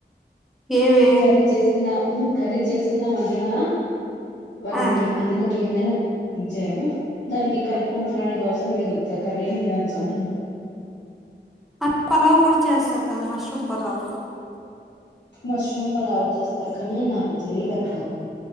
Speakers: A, in the centre; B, on the left.
A: ఏవి
B: కర్రీ చేసుకున్నా హు కర్రీ చేసుకున్నాం అంటనా వాటిని
A: ఆ
B: అందులోకి ఏదైనా ఇంజేయము దానికి కలుపుకు తినడానికి అవసరం లేదు తాకరేం తినచ్చు అంటున్నా
A: అద్ పలావు కూడా చేస్తారు కదా మష్రూమ్ పలావు
B: మష్రూమ్ పలావు చేస్తారు కానీ నాకు తెలియదాక్క